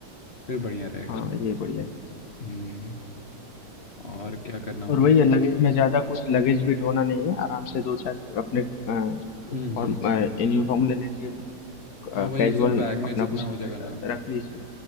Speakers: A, on the left (about 40°); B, on the left (about 65°).
A: फिर बढ़िया रहेगा
B: हाँ ये बढ़िया है
A: हम्म और क्या करना होगा
B: और वही
A: तो
B: है लगेज में ज़्यादा कुछ लगेज भी ढोना नहीं है आराम से दो चार अपने
A: हम्म
B: फॉर्म
A: हम्म
B: यूनिफॉर्म ले लीजिए
A: हाँ वही
B: कैजुअल
A: जो बैग में
B: अपना
A: जितना
B: कुछ
A: हो जाएगा
B: अ,
A: ना
B: रख लीजिए